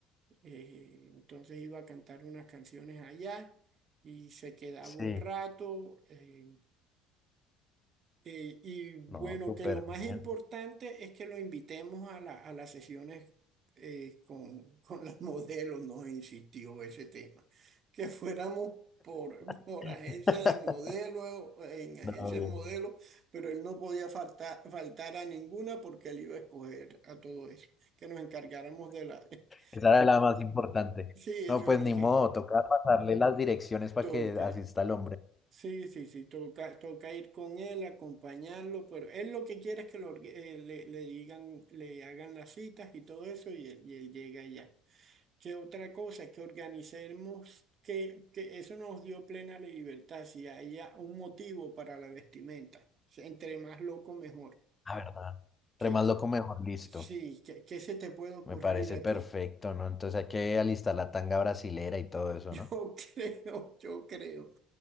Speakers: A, on the right; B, on the left.
A: eh, entonces iba a cantar unas canciones allá y se quedaba
B: sí.
A: un rato. eh, eh, y bueno,
B: No, súper
A: que lo más
B: bien.
A: importante es que lo invitemos a la- a las sesiones eh, con, <laughs> con las modelos, nos insistió ese tema. Que fuéramos por,
B: <laughs>
A: <laughs> por agencia de modelos, en agencia
B: No,
A: de modelos,
B: bien.
A: pero él no podía faltar, faltar a ninguna porque él iba a escoger a todo eso. Que nos encargáramos de la... <laughs>
B: Esa era la más importante.
A: Sí, eso
B: No, pues
A: es lo
B: ni
A: que
B: modo, toca pasarle las direcciones para
A: toca.
B: que asista el hombre.
A: Sí, sí, sí, toca, toca ir con él, acompañarlo, pero él lo que quiere es que lo orgue- eh, le, le digan, le hagan las citas y todo eso y él, y él llega allá. ¿Qué otra cosa? Que organicemos, que, que eso nos dio plena libertad, si haya un motivo para la vestimenta. O sea, Entre más loco, mejor.
B: La verdad. Entre
A: Que,
B: más loco, mejor listo.
A: sí, que, ¿qué se te puede ocurrir
B: Me parece
A: a
B: perfecto,
A: ti?
B: ¿no? Entonces hay que alistar la tanga brasilera y todo
A: <laughs>
B: eso,
A: Yo
B: ¿no?
A: creo, yo creo.